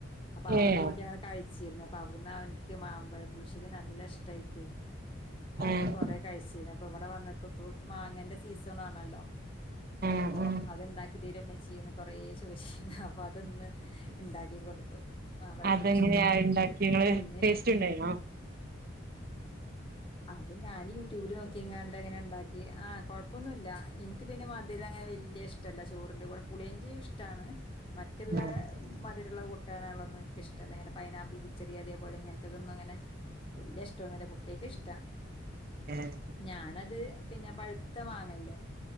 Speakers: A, on the left; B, on the right.
A: അപ്പൊ അവിടെ
B: ഏഹ്
A: പോയിട്ട് ഞാ കഴിച്ചിര്ന്നു. അപ്പവിടുന്ന് അവന്ക്ക് മാമ്പഴ പുളിശേരി നല്ല ഇഷ്ടയിട്ടേ
B: ആഹ്
A: അത് കൊറെ കഴിച്ചിന്നു. അപ്പ വടെ വന്നപ്പോപ്പൊ മാങ്ങന്റെ സീസണുആണല്ലോ
B: ആഹ്
A: അപ്പൊ
B: ആഹ്
A: അത്ണ്ടാക്കിതര്വോമ്മച്ചീന്ന് കൊറേ ചോയ് ചീന്ന്. അപ്പൊ അത് ന്ന് ഇണ്ടാക്കി കൊടുത്തു മാമ്പഴപ്പുളിശ്ശേരി
B: അതെങ്ങനെയാ ഉണ്ടാക്കിങ്ങള്
A: പിന്നെ
B: ടേസ്റ്റ്ണ്ടായിനോ
A: മീ അത് ഞാന് യൂട്യൂബില് നോക്കിങ്ങാണ്ടങ്ങനെ ണ്ടാക്കി ആഹ് കൊഴപ്പൊന്നുല്ല ഇൻ ക്ക് പിന്നെ മധുരങ്ങനെ വല്യ ഇഷ്ടല്ല ചോറിൻറെ കൂടെ, പുളിഞ്ചി ഇഷ്ടാണ് മറ്റ്ള്ളെ
B: ആഹ്
A: മധരള്ള കൂട്ടാനാളൊന്നും ഇൻക്കിഷ്ടല്ല. ങ്ങനെ പൈനാപ്പിൾ കിച്ചടി, അതേപോലെങ്ങനെ ത്തതൊന്നുങ്ങനെ വല്യഷ്ടോന്നുല്ല കുട്ട്യക്കിഷ്
B: ഏഹ്
A: ഞാനത് പിന്നെ പഴുത്ത മാങ്ങല്ലേ